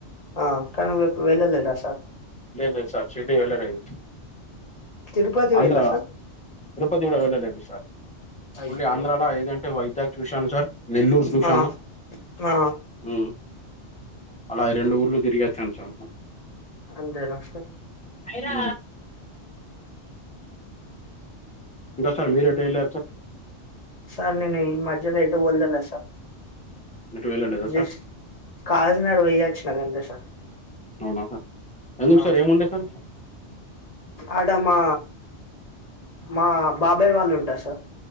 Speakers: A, on the left (about 30°); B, in the centre.
A: ఆ కనీ వ వేళ్ళలేదా సార్
B: లే లేద్ సార్ శిరిడీ వెళ్ళలేదు.
A: తిరుపతి
B: ఆంధ్రా,
A: వెళ్ళా సార్
B: తిరుపతి గుడ వెళ్లలేదు సార్
A: అయ్యో
B: ఓన్లీ ఆంధ్రాల ఏదంటే వై ద్య చూశాను సార్ నెల్లూర్ చూశాను.
A: ఆ ఆ
B: మ్ అలా ఈ రెండు ఊర్లు తిరిగచ్చాను సార
A: అంతేనా సార్
B: హాయ్ రా ఇంకా సార్ మీరెటు ఎళ్ళారు సార్
A: సార్ నేను ఈ మధ్యలో ఎటు వెళ్ళలే సార్
B: ఎటు వెళ్ళలేదా సార్
A: ఎస్ కాఘక్నగర్ పొయ్యి వచ్చిన గంతే సార్
B: అవునా సార్ ఎందుకు
A: ఆ
B: సార్ ఏముండే సార్
A: ఆడ మా మా బాబాయ్ వాళ్ళు ఉంటరు సార్